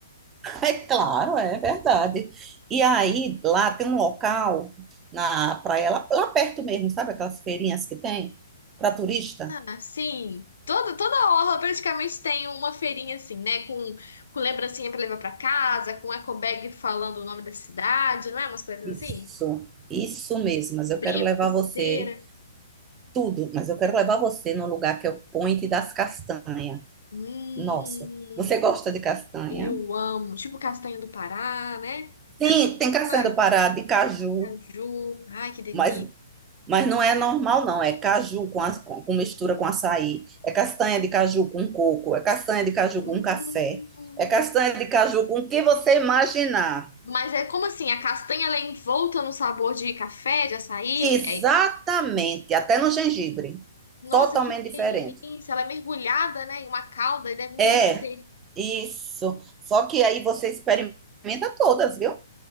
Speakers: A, on the right (about 20°); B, on the left (about 70°).
A: <laughs> É claro, é verdade. E aí lá tem um local na praia lá, lá perto mesmo, sabe aquelas feirinhas que tem para turista?
B: Ah, sim. Toda, toda orla praticamente tem uma feirinha assim, né? Com, com lembrancinha pra levar pra casa, com eco bag falando o nome da cidade, não é? Umas coisas
A: Isso,
B: assim.
A: isso mesmo. Mas
B: Brinco,
A: eu quero levar
B: pulseira.
A: você tudo, mas eu quero levar você num lugar que é o Point das Castanhas.
B: Hum,
A: Nossa, você gosta de castanha?
B: eu amo. Tipo castanha do Pará, né? Essa.
A: Sim, tem castanha
B: Ai,
A: do Pará, de caju,
B: caju. Ai, que delícia.
A: mas, mas não é normal, não. É caju com, as- com, com mistura com açaí, é castanha de caju com coco, é castanha de caju
B: Hum.
A: com café, é castanha de caju com o que você imaginar.
B: Mas é como assim? A castanha ela é envolta no sabor de café, de açaí?
A: Exatamente,
B: É-
A: até no gengibre.
B: Nossa,
A: Totalmente
B: que delícia!
A: diferente.
B: Ela é mergulhada, né, em uma calda e deve endurecer.
A: É, isso. Só que aí você experimenta todas, viu?